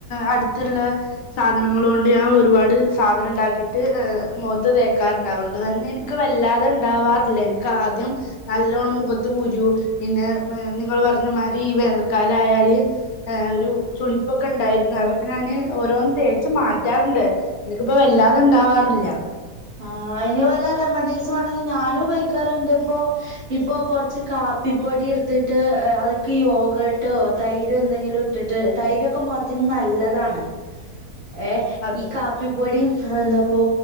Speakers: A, on the left (about 75°); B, on the right (about 40°).
A: അടുത്തുള്ള സാധനങ്ങൾ കൊണ്ട് ഞാൻ ഒരുപാട് സാധനം ഉണ്ടാക്കിട്ട് മുഖത്ത് തേക്കാറുണ്ട് അതുകൊണ്ട് തന്നെ എനിക്ക് വല്ലാതെ ഉണ്ടാവാറില്ല എനിക്കാദ്യം നല്ലോണം മുഖത്ത് ത്ത് കുരു പിന്നെ നിങ്ങൾ പറഞ്ഞ മാതിരി ഈ വേനൽക്കാലയാല് ഏർ ഒരു ചുളിപ്പൊക്കെ ഉണ്ടായിരുന്നു അതൊക്കെ ഞാന് ഓരോന്ന് തേച്ച് മാറ്റാറുണ്ട് എനിക്കിപ്പോ വല്ലാത ഇണ്ടാവാറില്ല
B: ആ അയ്ന് വല്ല റെമഡീസ് വേണെങ്കിൽ ഞാനും ഉപയോഗിക്കാറുണ്ട് ഇപ്പൊ ഇപ്പൊ കൊറച്ച് കാപ്പിപ്പോടി എടുത്തിട്ട് അതിക്ക് യോഗട്ടോ തൈര് എന്തെങ്കിലും ഇട്ടിട്ട് തൈരൊക്കെ മുഖത്തിന് നല്ലതാണ് ഏ്
A: അതെ
B: ഈ കാപ്പിപ്പൊടിയും എന്താപ്പ